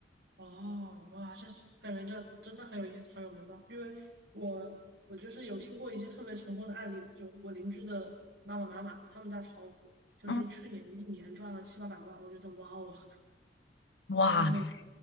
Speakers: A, on the right (about 65°); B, on the left (about 85°).
A: 哦，哇，这感觉这真的很有意思，很有门道。因为我我就是有听过一些特别成功的案例，就我邻居的妈妈妈妈，他们家炒股，就是去年一年赚了七八百万，
B: 嗯，
A: 我觉得哇哦，
B: 哇塞
A: 就是